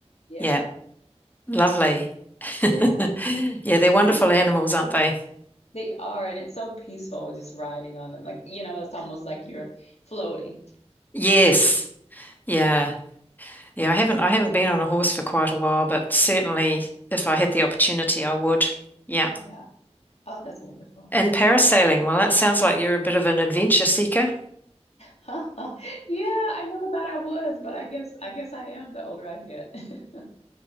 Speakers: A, on the left; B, on the left.
A: Yeah.
B: Yeah. Lovely. <laughs>
A: Yeah.
B: Yeah, they're wonderful
A: <laughs>
B: animals, aren't they?
A: They are and it's so peaceful just riding on them. Like, you know, it's almost like you're floating.
B: Yes. Yeah. Yeah, I haven't I haven't been on a horse for quite a while, but certainly if I had the opportunity, I would. Yeah.
A: Yeah. Oh, that's wonderful.
B: And parasailing, well, that sounds like you're a bit of an adventure seeker.
A: <laughs> Yeah, I never thought I was, but I guess I guess I am the older I get. <laughs>